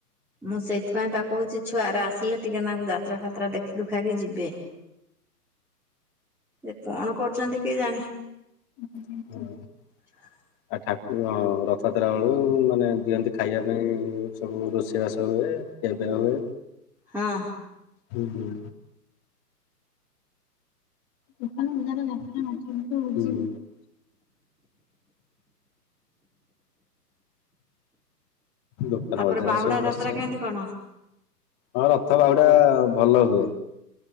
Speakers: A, in the centre; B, on the left.
A: ମୁଁ ସେଇଥିପାଇଁ ତା କହୁଛି ଛୁଆ ଗୁରା ଆସିଲେ ଟିକେ ନାଙ୍କୁ ଯାତ୍ରା ଫାତ୍ରା ଦେଖି ଦୁଖାକି ଯିବେ। ଏ କଣ କରୁଛନ୍ତି କି ଜାଣି।
B: <unintelligible>
A: <unintelligible>
B: ଆଉ ଠାକୁ ହଁ ରଥାଯାତ୍ରା ବେଳୁ ମାନେ ଦିଅନ୍ତି ଖାଇବା ପାଇଁ ସବୁ ରୋଷେଇବାସ ହୁଏ। କେବେ ହୁଏ?
A: ହଁ।
B: ହୁଁ ହୁଁ। ଦୋକାନ ବଜାର <unintelligible> ଦୋକାନ
A: ତାପରେ
B: ବଜାର
A: ବାହୁଡା
B: ସବୁ
A: ଯାତ୍ରା
B: ବସେ
A: କେମିତି କଣ?
B: ହଁ ରଥ ବାହୁଡ଼ା ଟା ଭଲ ହୁଏ।